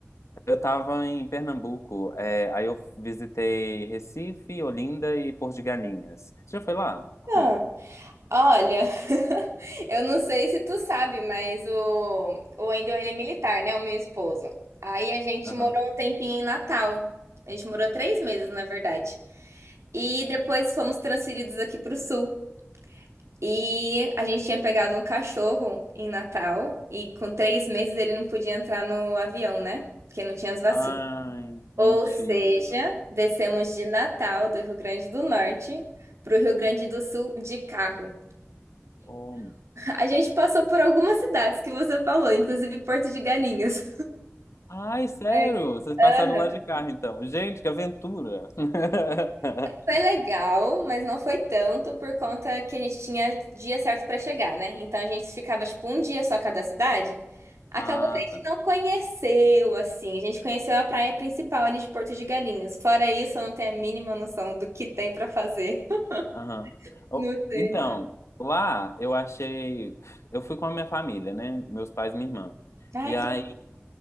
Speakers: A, on the left; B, on the right.
A: Eu tava em Pernambuco, é, aí eu visitei Recife, Olinda e Porto de Galinhas. Você já foi lá?
B: Ah,
A: Hum,
B: Olha. Eu não sei se tu sabe, mas o, o Wendel, ele é militar, né? O meu esposo. Aí a gente
A: Aham.
B: morou um tempinho em Natal. A gente morou três meses, na verdade. E depois fomos transferidos aqui para o Sul. E a gente tinha pegado um cachorro em Natal. E com três meses ele não podia entrar no avião, né? Porque não tinha as vacinas.
A: Ai,
B: Ou
A: mentira.
B: seja, descemos de Natal, do Rio Grande do Norte, para o Rio Grande do Sul de carro.
A: Oh, meu-
B: A gente passou por algumas cidades que você falou, inclusive Porto de Galinhas.
A: Ai, sério?
B: É,
A: Vocês passaram
B: aham.
A: lá de carro, então. Gente, que aventura! <laughs>
B: Foi legal, mas não foi tanto por conta que a gente tinha dia certo para chegar, né? Então a gente ficava tipo um dia só cada cidade. Acabou
A: Ah,
B: que a gente
A: tá.
B: não conheceu assim. A gente conheceu a praia principal ali de Porto de Galinhas. Fora isso, eu não tenho a mínima noção do que tem para fazer. <laughs>
A: Aham. Oh,
B: Não sei,
A: então,
B: não.
A: lá eu achei. Eu fui com a minha família, né? Meus pais e minha irmã.
B: Ai,
A: E aí
B: que